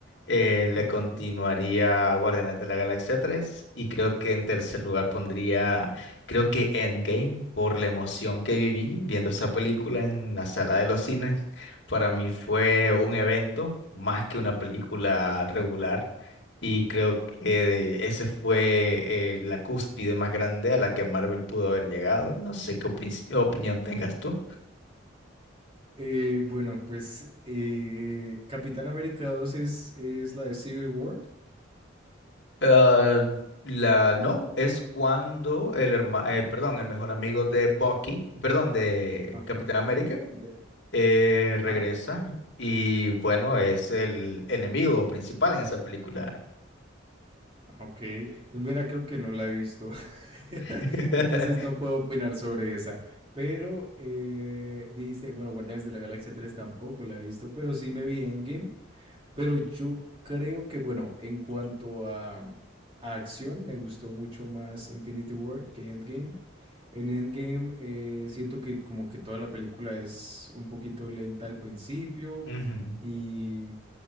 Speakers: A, on the left; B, on the right.
A: Eh, le
B: Ujú.
A: continuaría Guardianes de la Galaxia tres y creo que en tercer lugar pondría, creo que Endgame, por la emoción que viví viendo esa película en la sala de los cines. Para mí fue un evento más que una película regular. Y creo que ese fue eh, la cúspide más grande a la que Marvel pudo haber llegado. No sé qué opin- opinión tengas tú.
B: Eh, bueno, pues eh, Capitán América 2 es, es la de Civil War.
A: Ah, la no, es cuando el hermano, perdón, el mejor amigo de Bucky, perdón, de
B: Ajá.
A: Capitán América,
B: de-
A: eh,
B: ajá.
A: regresa y bueno, es el enemigo principal en esa película.
B: Ah, Ok, mira, creo que no la he visto, <laughs>
A: <laughs>
B: entonces no puedo opinar sobre esa, pero eh, dijiste, bueno, Guardianes de la Galaxia 3 tampoco la he visto, pero sí me vi Endgame pero yo creo que, bueno, en cuanto a, a acción, me gustó mucho más Infinity War que Endgame. En Endgame eh, siento que como que toda la película es un poquito lenta al principio
A: Ujú,
B: y,